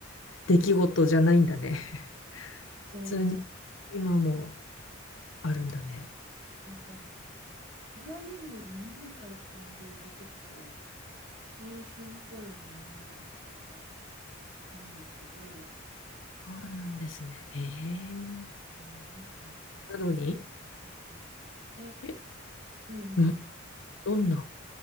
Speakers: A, on the left; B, on the right.
A: 出来事じゃないんだね。
B: そう、
A: 普通に今もあるんだね。
B: なんかいわゆる世の中一般で言うと結構終身雇用のイメージの会社なんですけど、
A: そうなんですね。へえ。
B: うん、なんか
A: なのに、
B: あった。で、
A: え、
B: うんうん
A: うん、どんな、